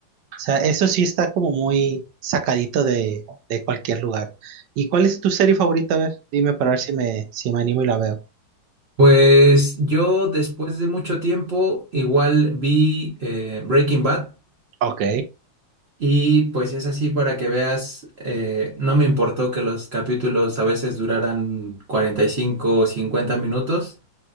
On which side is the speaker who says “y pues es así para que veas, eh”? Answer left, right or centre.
Right